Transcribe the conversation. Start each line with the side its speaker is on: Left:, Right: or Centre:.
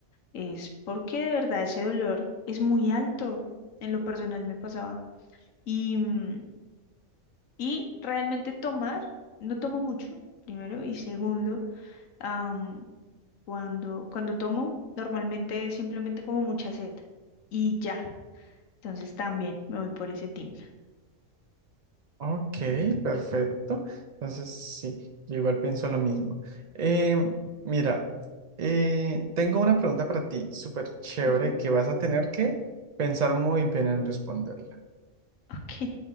Left: es porque de verdad ese dolor es muy alto. En lo personal me pasaba. Y, mm, y realmente tomar, no tomo mucho, primero, y segundo. Am, cuando, cuando tomo, normalmente es simplemente como mucha sed y ya. Entonces también me voy por ese team.
Right: Ok, perfecto. Entonces sí, yo igual pienso lo mismo. Eh, mira, eh, tengo una pregunta para ti, súper chévere,
Left: Ujú,
Right: que vas a tener que pensar muy bien en responderla.
Left: Ok,